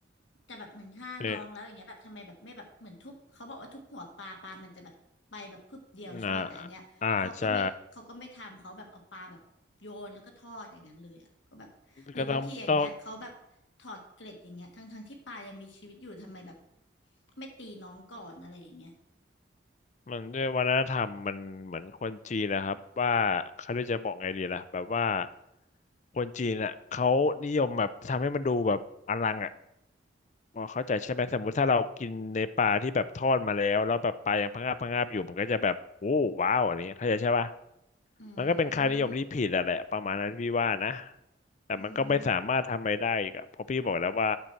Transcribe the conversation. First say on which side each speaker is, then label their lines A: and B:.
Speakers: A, on the left; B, on the left.
A: แต่แบบเหมือนฆ่าน้องแล้วอย่างเงี้ยแบบทำไมแบบไม่แบบเหมือนทุบเขาบอกว่าทุบหัวปลาปลามันจะแบบไปแบบพึบเดียวใช่ป่ะแต่อันเนี้ยเขาก็ไม่เขาก็ไม่ทำเขาแบบเอาปลาแบบโยนแล้วก็ทอดอย่างนั้นเลยอ่ะก็แบบหรือบางทีอย่างเงี้ยเขาแบบถอดเกล็ดอย่างเงี้ยทั้งทั้งที่ปลายังมีชีวิตอยู่ทำไมแบบ
B: เนี่ยนะอ่าใช่ก็ต้องต้อง
A: ไม่ตีน้องก่อนอะไรอย่างเงี้ย
B: มันด้วยวัฒนธรรมมันเหมือนคนจีนนะครับว่าเขาเรียกจะบอกไงดีล่ะแบบว่าคนจีนอ่ะเขานิยมแบบทำให้มันดูแบบอลังอ่ะพอเข้าใจใช่ไหมสมมุติถ้าเรากินในปลาที่แบบทอดมาแล้วแล้วแบบปลายังพะงาบพะงาบอยู่มันก็จะแบบโอ้ว้าวอะไรเงี้ยเข้าใจใช่ปะ
A: อื
B: มันก็เป็นค่านิยมที่ผิดอะแหละประมาณนั้นพี่ว่านะ
A: ม
B: แต่มันก็ไม่สามารถทำอะไรได้อีกอะเพราะพี่บอกแล้วว่า
A: อืม